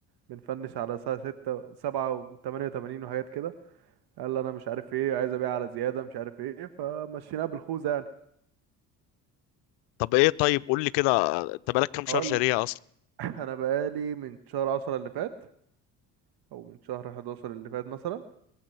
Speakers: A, on the right; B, on the left.
A: بنفنش على الساعة ستة سبعة وتمانية وتمانين وحاجات كده قال لي انا مش عارف ايه عايز ابيع على زيادة مش عارف ايه فمشيناها بالخوذة يعني
B: طب ايه طيب قول لي كده انت بقالك كام شهر
A: هقول
B: شاريها اصلا
A: <laughs> انا بقالي من شهر عشرة اللي فات او من شهر حداشر اللي فات مثلا